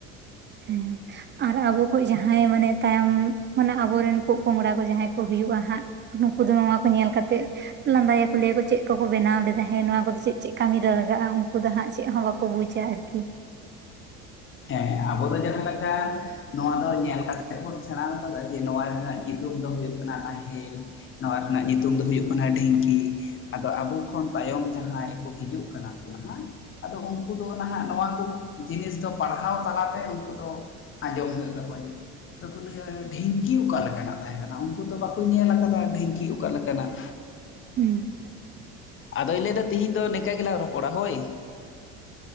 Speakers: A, on the right (about 30°); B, on the left (about 35°).
A: ᱦᱮᱸ ᱟᱨ ᱟᱵᱚ ᱠᱷᱚᱡ ᱡᱟᱦᱟᱸᱭ ᱢᱟᱱᱮ ᱛᱟᱭᱚᱢ ᱢᱟᱱᱮ ᱟᱵᱚᱨᱮᱱ ᱯᱚᱜ ᱯᱚᱝᱲᱟ ᱠᱚ ᱡᱟᱦᱟᱸᱭ ᱠᱚ ᱦᱩᱭᱩᱜᱼᱟ ᱦᱟᱸᱜ ᱦᱟ. ᱝᱠᱩ ᱫᱚ ᱱᱚᱣᱟᱠᱚ ᱧᱮᱞᱠᱟᱛᱮᱫ ᱞᱟᱸᱫᱟᱭᱟᱠᱚ ᱞᱟᱹᱭᱟᱠᱚ ᱪᱮᱫ ᱠᱚᱠᱚ ᱵᱮᱱᱟᱣ ᱞᱮᱫᱟ ᱦᱮᱸ ᱱᱚᱣᱟ ᱠᱚᱫᱚ ᱪᱮᱫ ᱪᱮᱫ ᱠᱟᱹᱢᱤ ᱨᱮ ᱞᱟᱜᱟᱜᱼᱟ ᱩᱱᱠᱩ ᱫᱚ ᱦᱟᱸᱜ ᱪᱮᱫ ᱦᱚᱸ ᱵᱟᱠᱚ ᱠᱚ ᱵᱩᱪᱟ ᱟᱨᱠᱤ
B: ᱦᱮ ᱦᱮᱸᱸ ᱟᱵᱚ ᱫᱚ ᱡᱟᱦᱟ ᱞᱮᱠᱟ ᱱᱚᱣᱟ ᱵᱚᱱ ᱧᱮᱞ ᱠᱟᱛᱮᱜ ᱵᱚᱱ ᱥᱮᱬᱟ ᱠᱟᱫᱟ ᱡᱮ ᱱᱚᱣᱟ ᱨᱮᱱᱟᱜ ᱧᱩᱛᱩᱢ ᱫᱚ ᱦᱩᱭᱩᱜ ᱠᱟᱱᱟ ᱱᱟᱦᱮᱞ ᱱᱚᱣᱟ ᱨᱮᱱᱟᱜ ᱧᱩᱛᱩᱢ ᱫᱚ ᱦᱩᱭᱩᱜ ᱠᱟᱱᱟ ᱰᱷᱤᱝᱠᱤ ᱟᱫᱚ ᱟᱵᱚ ᱠᱷᱚᱱ ᱛᱟᱭᱚᱢ ᱡᱟᱦᱟᱸᱭ ᱠᱚ ᱦᱤᱡᱩᱜ ᱠᱟᱱᱟ ᱠᱚ ᱱᱟᱦᱟᱜ ᱟᱫᱚ ᱩᱱᱠᱩ ᱫᱚ ᱱᱟᱦᱟᱜ ᱱᱚᱣᱟ ᱠᱚ ᱡᱤᱱᱤᱥ ᱫᱚ ᱯᱟᱲᱦᱟᱣ ᱛᱟᱞᱟᱛᱮ ᱩᱱᱠᱩ ᱫᱚ ᱟᱸᱡᱚᱢ ᱦᱩᱭᱩᱜ ᱛᱟᱠᱚᱣᱟ ᱡᱮ ᱟᱫᱚ ᱠᱚ ᱞᱟᱹᱭᱟ ᱰᱷᱤᱝᱠᱤ ᱚᱠᱟ ᱞᱮᱠᱟᱱᱟᱜ ᱛᱟᱦᱮᱸ ᱠᱟᱱᱟ ᱩᱱᱠᱩ ᱫᱚ ᱵᱟᱠᱚ ᱧᱮᱞ ᱠᱟᱫᱟ ᱰᱷᱤᱝᱠᱤ ᱚᱠᱟ ᱞᱮᱠᱟᱱᱟᱜ‌
A: ᱦᱩᱸ
B: ᱟᱫᱚᱭ ᱞᱟᱹᱭᱫᱟ ᱛᱤᱦᱤᱧ ᱫᱚ ᱱᱤᱝᱠᱟ ᱜᱮᱞᱟ ᱨᱚᱯᱚᱲᱟ ᱦᱳᱭ